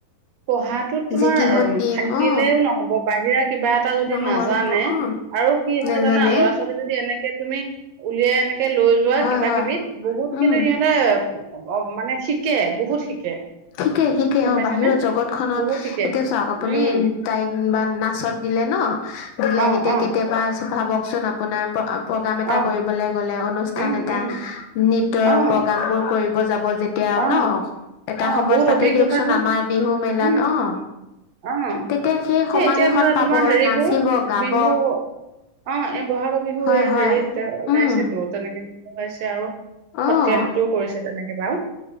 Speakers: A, on the right; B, on the left.
A: পঢ়াটোত তোমাৰ
B: যে কিহত
A: অ'
B: দিম
A: থাকিলেও
B: অ
A: নহ'ব, বাহিৰা কিবা এটা যদি
B: নহ'ব
A: নাজানে
B: নহ'ব অ
A: আৰু কি
B: নেজানে
A: হয় জানা ল'ৰা ছোৱালী যদি এনেকে তুমি উলিয়াই এনেকে লৈ যোৱা
B: হয়
A: কিবা
B: হয়
A: কিবিত বহুত
B: উম
A: কিন্তু সিহঁতে অ' মানে। শিকে, বহুত শিকে।
B: শিকে, শিকে
A: গম
B: অ'
A: পাইছানে
B: বাহিৰৰ জগত খনত
A: বহুত শিকে
B: এতিয়া চাওঁক, আপুনি
A: উম
B: তাইক বা নাচত দিলে দিলে ন দিলে
A: অ
B: এতিয়া
A: অ
B: কেতিয়াবা ভাবকচোন আপোনাৰ প্ৰগ্ৰাম এটা
A: অ
B: কৰিবলে গ'লে অনুষ্ঠান
A: উম
B: এটা
A: উম
B: নৃত্তয়ৰ
A: অ
B: প্ৰগ্ৰাম বোৰ কৰিব যাব যেতিয়া
A: অ
B: ন এটা
A: অ
B: সময়ত
A: বহুত
B: পাতে
A: অভিজ্ঞতা
B: দিয়কচোন
A: হয়
B: আমাৰ বিহু, মেলাত
A: উম
B: অ'।
A: অ
B: তেতিয়া, সেই
A: এই
B: সমাজ
A: এতিয়া
B: এখন
A: ধৰা
B: পাব।
A: তোমাৰ হেৰিবোৰ
B: নাচিব, গাব
A: বিহু অ' এই বহাগৰ বিহু
B: হয়
A: এই
B: হয়
A: হেৰিত
B: উম
A: গাইছেতো, তেনেকে। গাইছে আৰু সত্ৰিয়া
B: অ
A: নৃত্যও কৰিছে তেনেকে বাৰু।